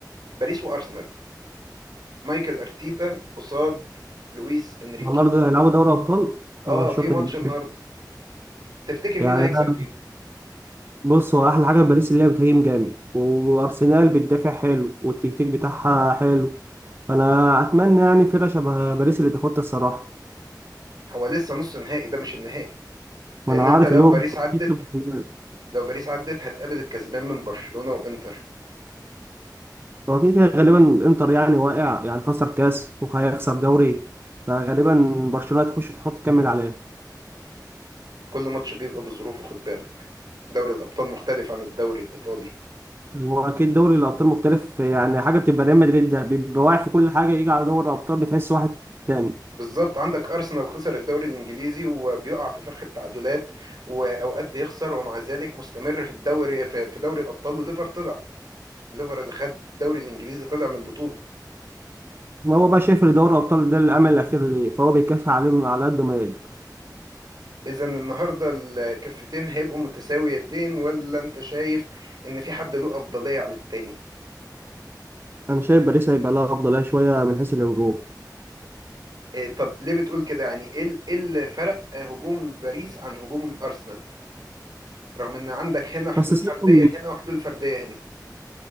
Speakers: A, on the right; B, on the right.
A: باريس وأرسنال مايكل أرتيتا قصاد لويس إنريكي
B: النهارده هيلعبوا دوري ابطال
A: اه
B: انا مش
A: في
B: واخد
A: ماتش
B: بالي.
A: النهارده تفتكر مين
B: يعني
A: اللي هيكسب
B: انا
A: فيهم
B: بص هو احلى حاجه في باريس اللي هي بتهاجم جامد وارسنال بتدافع حلو والتكتيك بتاعها حلو فانا اتمنى يعني فرقه شبه باريس اللي تاخدها الصراحه
A: هو لسه نص نهائي ده مش النهائي لأن
B: وانا
A: انت
B: عارف
A: لو
B: اللي هو
A: باريس عدت
B: يكسب خروجات.
A: لو باريس عدت هتقابل الكسبان من برشلونة وإنتر
B: هو كده كده غالبا انتر يعني واقع يعني خسر كاس وهيخسر دوري فغالبا برشلونه هتخش تحط تكمل عليه
A: كل ماتش بيبقى بظروفه خد بالك دوري الأبطال مختلف عن الدوري الإيطالي
B: هو اكيد دوري الابطال مختلف يعني حاجه بتبقى ريال مدريد ده بيبقى واقع في كل حاجه يجي على دوري الابطال بتحس واحد تاني
A: بالظبط عندك أرسنال خسر الدوري الإنجليزي وبيقع في فخ التعادلات وأوقات بيخسر ومع ذلك مستمر في الدوري في في دوري الأبطال وليفر طلع ليفر اللي خد الدوري الإنجليزي طلع من البطولة
B: ما هو بقى شايف ان دوري الابطال ده الامل الاخير ليه فهو بيكافح عليهم على قد ما يقدر
A: إذا النهاردة الكفتين هيبقوا متساويتين ولا أنت شايف إن في حد له أفضلية على التاني؟
B: انا شايف باريس هيبقى لها افضليه شويه من حيث الهجوم
A: إيه طب ليه بتقول كده يعني إيه ال- إيه اللي فرق آه، هجوم باريس عن هجوم أرسنال؟ رغم ان عندك هنا حلول
B: بس ساكا
A: فرديه هنا وحلول فرديه هنا